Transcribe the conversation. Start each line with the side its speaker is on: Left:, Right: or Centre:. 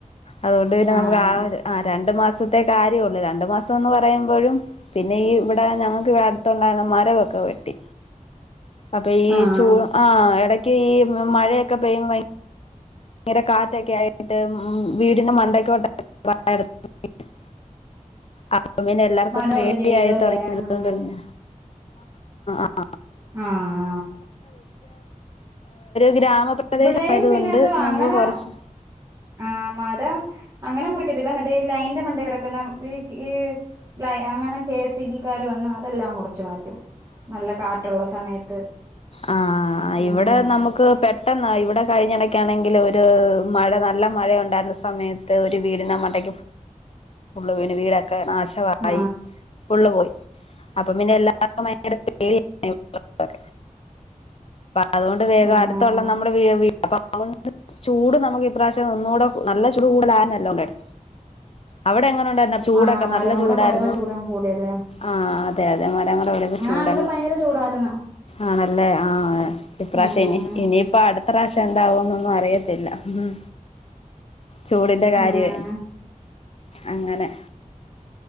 Left: അതുകൊണ്ട് പിന്നെ
Right: ആഹ്
Left: നമുക്ക് ആ ഒര് ആ രണ്ടു മാസത്തെ കാര്യ ഒള്ളൂ രണ്ട് മാസം എന്ന് പറയുമ്പോഴും പിന്നെ ഈ ഇവിടെ ഞങ്ങക്ക് അടുത്തുണ്ടായിരുന്ന മരമൊക്കെ വെട്ടി അപ്പ ഈ
Right: ആഹ്
Left: ചൂ ആ എടക്ക് ഈ മഴയൊക്കെ പെയ്യു ങ്ങരെ കാറ്റൊക്കെ ആയിട്ട് ഉ വീടിന്റെ മണ്ടക്ക് <unintelligible> അപ്പ പിന്നെ എല്ലാർക്കും
Right: മരം
Left: പെടിയായി
Right: ഒടിഞ്ഞ് വീഴുവല്ലേ
Left: തോട്ങിയത്
Right: ഉം
Left: തന്നെ <unintelligible>
Right: ആഹ്
Left: ഗ്രാമപ്രദേശായത്
Right: ഇവിടെയും പിന്നെ
Left: കൊണ്ട്
Right: എന്തുവാ
Left: നമുക്ക്
Right: അങ്ങനെ
Left: കൊറച്ച്
Right: ആ മരം അങ്ങനെ മുറിക്കത്തില്ല മറ്റേ ഈ ലൈൻന്റെ മണ്ടെ കെടക്കുന്ന ഈ ഈ ലൈ അങ്ങനെ കെ സി ബിക്കാർ വന്ന് അതെല്ലാം മുറച്ച് മാറ്റ നല്ല കാറ്റുള്ള സമയത്ത്
Left: ആ
Right: ഉം
Left: ഇവിടെ
Right: ഉം
Left: നമുക്ക് പെട്ട ന്നായി ഇവിടെ കഴിഞ്ഞടക്കാണെങ്കിൽ ഒര് മഴ നല്ല മഴ ഉണ്ടായിരുന്ന സമയത്ത് ഒരു വീടിന്റെ മണ്ടക്ക് ഫുള്ള് വീണ് വീടൊക്കെ നാശമായി
Right: ആ
Left: ഫുള്ള് പോയി അപ്പ പിന്നെ എല്ലാർക്കും ഭയങ്കര <unintelligible> അതുകൊണ്ട് വേഗം
Right: ഉം
Left: അടുത്തുള്ളനമ്മെ
Right: ഉം
Left: <unintelligible> നമ്മുടെ അപ്പൊ അതൊണ്ട് ചൂട് നമുക്ക് ഇപ്രാവശ്യം ഒന്നുകൂടെ നല്ല ചൂട് <unintelligible> അവിടെ എങ്ങനെ ഇണ്ടായിരുന്നു ചൂടൊക്കെ
Right: ആ മരവും
Left: നല്ല ചൂടായിരുന്നോ?
Right: കൂടെ പോയപ്പോ ചൂടങ്ങ് കൂടിയല്ലേ
Left: ആഹ അതെ അതെ മരങ്ങള വിടെ ഒക്കെ ചൂടങ്ങ്.
Right: ആ ഇവിടെ ഭയങ്കര ചൂടായിരുന്നു
Left: ആണല്ലേ ആഹ ഇപ്രാവശ്യ
Right: ഉം ഉം
Left: ഇനി ഇനിയിപ്പ അടുത്ത അടുത്ത പ്രാവശ്യം എന്താവും എന്നൊന്നും അറിയത്തില്ല ഉ ചൂടിന്റെ കാര്യമേ
Right: ഉം
Left: അങ്ങനെ.